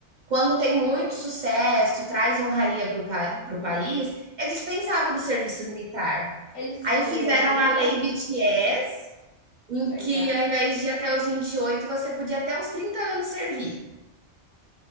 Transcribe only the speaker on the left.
Uhum.
Eles escolheram
ir,
foi?
Legal.